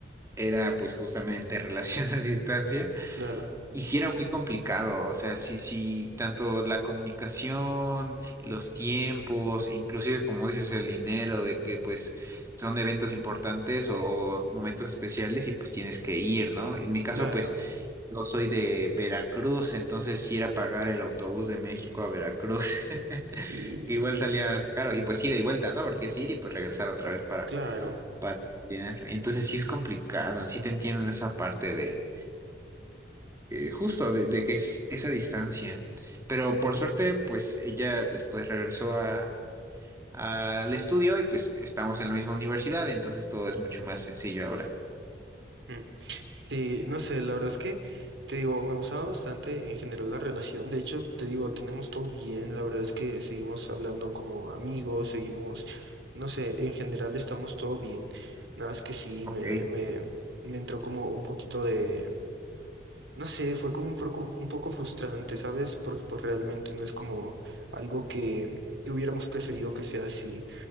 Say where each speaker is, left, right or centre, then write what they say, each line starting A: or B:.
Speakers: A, on the right; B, on the right.
A: era pues justamente <laughs> relación a distancia.
B: Claro.
A: Y sí era muy complicado, o sea, sí, sí, tanto la comunicación, los tiempos, inclusive como dices, el dinero, de que pues son eventos importantes o momentos especiales y pues tienes que ir, ¿no? En mi caso,
B: Claro.
A: pues yo soy de Veracruz, entonces sí era pagar el autobús de México a Veracruz, <laughs>
B: Sí,
A: que igual salía caro, y pues ida y vuelta, ¿no? Porque es ir y pues regresar otra vez para,
B: claro.
A: para estudiar. Entonces sí es complicado, sí te entiendo en esa parte de justo, de, de que es esa distancia. Pero
B: Ujú.
A: por suerte, pues ella después regresó a, al estudio y pues estamos en la misma universidad, entonces todo es mucho más sencillo ahora.
B: Mm. Sí, no sé, la verdad es que te digo, me gustaba bastante en general la relación. De hecho, te digo, tenemos todo bien. La verdad es que seguimos hablando como amigos, seguimos, no sé, en general estamos todo bien. Nada es que sí,
A: Ok.
B: me, me, me entró como un poquito de, no sé, fue como un poco, un poco frustrante, ¿sabes? Porque pues realmente no es como algo que, que hubiéramos preferido que sea así.